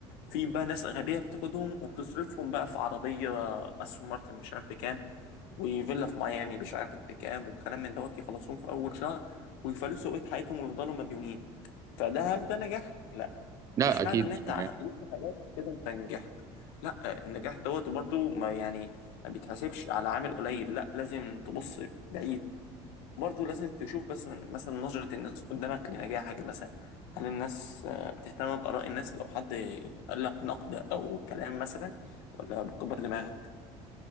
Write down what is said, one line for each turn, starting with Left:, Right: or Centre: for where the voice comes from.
Left: في بقى ناس غبيه بتاخدهم وبتصرفهم بقى في عربيه استون مارتن مش عارف بكام وفيلا في ميامي مش عارف بكام والكلام من دوت يخلصوهم في اول شهر ويفلسوا بقية حياتهم ويفضلوا مديونين فده هل ده نجاح؟ لا
Right: لا
Left: مش
Right: أكيد
Left: معنى ان
Right: مش
Left: انت
Right: نجاح
Left: عملت حاجات كده انت نجحت لا النجاح دوت وبرضه ما يعني ما بيتحسبش على عامل قليل لا لازم تبص بعيد وبرضه لازم تشوف بس مثلا نظرة الناس قدامك لنجاحك مثلا هل الناس آه، بتهتم بآراء الناس لو حد قال لك نقد او كلام مثلا ولا بتكبر دماغك